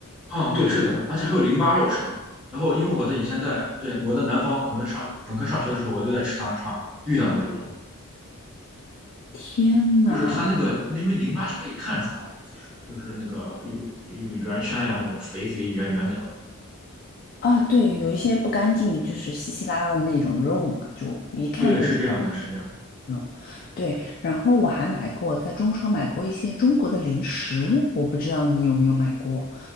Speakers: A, in the centre; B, on the left.
A: 嗯，对，是的，而且还有淋巴肉是吧？然后因为我的以前在对我在南方，我们上本科上学的时候，我就在池塘上遇到过这种，
B: 天呐，
A: 就是它那个因为淋巴是可以看出来的，就是就是那个有有圆圈呀那种肥肥圆圆那种，
B: 啊，对，有一些不干净的，就是稀稀拉拉的那种肉嘛，就一看就知道
A: 对，是这样的，是这样的
B: 那种。对，然后我还买过，在中超买过一些中国的零食，我不知道你有没有买过。